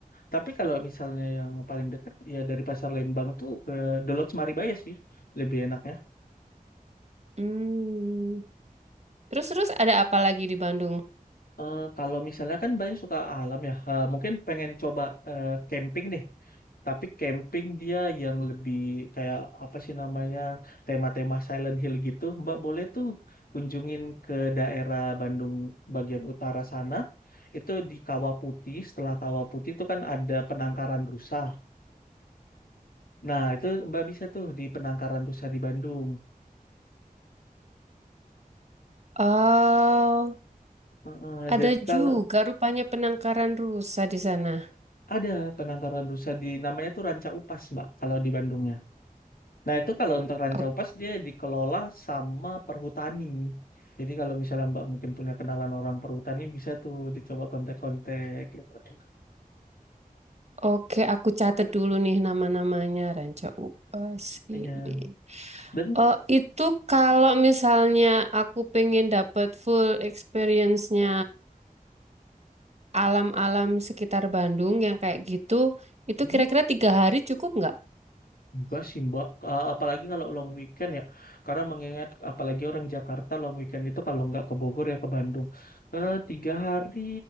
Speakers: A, on the left; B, on the right.
A: Tapi kalau misalnya yang paling dekat ya dari Pasar Lembang tuh ke The Lodge Maribaya sih, lebih enaknya.
B: Hmm. Terus terus ada apa lagi di Bandung?
A: Eh, kalau misalnya kan banyak suka alam ya, eh, mungkin pengen coba eh, camping deh. Tapi camping dia yang lebih kayak apa sih namanya tema-tema Silent Hill gitu. Mbak boleh tuh kunjungin ke daerah Bandung bagian utara sana. Itu di Kawah Putih. Setelah Kawah Putih itu kan ada penangkaran rusa. Nah itu Mbak bisa tuh di penangkaran rusa di Bandung.
B: Oh,
A: Eh, eh,
B: ada
A: dan kalau
B: juga rupanya penangkaran rusa di sana.
A: ada penangkaran rusa di namanya tuh Ranca Upas Mbak kalau di Bandungnya. Nah, itu kalau untuk Rancau
B: O-
A: Pas dia dikelola sama perhutani. Jadi kalau misalnya Mbak mungkin punya kenalan orang perhutani bisa tuh dicoba kontak-kontak gitu. <laughs>
B: Oke, aku catat dulu nih nama-namanya Ranca Upas
A: Iya.
B: ini.
A: Dan
B: Oh, itu kalau misalnya aku pengen dapat full experience-nya alam-alam sekitar Bandung yang kayak gitu, itu
A: mm,
B: kira-kira tiga hari cukup nggak?
A: Enggak sih Mbak, A- apalagi kalau long weekend ya, karena mengingat apalagi orang Jakarta long weekend itu kalau nggak ke Bogor ya ke Bandung. Eh, tiga hari